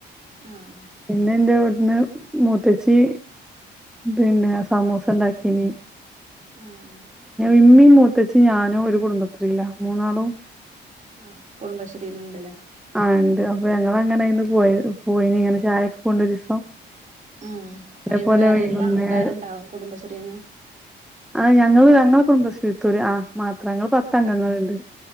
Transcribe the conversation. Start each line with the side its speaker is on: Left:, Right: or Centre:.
Right: ആഹ്
Centre: പിന്നെ ഇന്റെ ഇവിടന്ന് മൂത്തച്ചി പിന്നെ സമൂസ ഉണ്ടാക്കീന്
Right: ഉം
Centre: ഇമ്മീ മൂത്തച്ചീ ഞാനും ഒരു കുടുംബശ്രീല മൂന്നാളും
Right: ആഹ് കുടുംബശ്രീലിണ്ട്ലെ
Centre: ആഹ് ഇണ്ട് അപ്പൊ ഞങ്ങള് അങ്ങനെ അയിന്ന് പോയി പോയിനി ഇങ്ങനെ ചായൊക്കെ കൊണ്ടൊരീസം
Right: ആഹ്
Centre: അതേപോലെ
Right: അയിന്ന് വേറിം
Centre: വൈകുന്നേരം
Right: ഇള്ള ആൾക്കാരിണ്ടാവും കുടുംബശ്രീന്ന്
Centre: ആഹ് ഞങ്ങള് ഞങ്ങളെ കുടുംബശ്രീത്തോര് ആഹ് മാത്രം ഞങ്ങള് പത്ത്
Right: ആഹ്
Centre: അംഗങ്ങളിണ്ട്